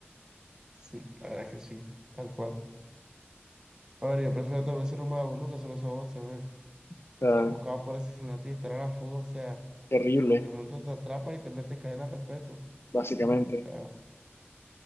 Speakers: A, on the right; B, on the left.
A: Sí, la verdad es que sí, tal cual. A ver, yo prefiero también ser un vagabundo que solo usa boxers. A ver,
B: O sea,
A: ser buscado por asesinato y estar a la fuga, o sea,
B: terrible,
A: en cualquier momento te atrapa y te mete en cadena perpetua.
B: básicamente.
A: O sea,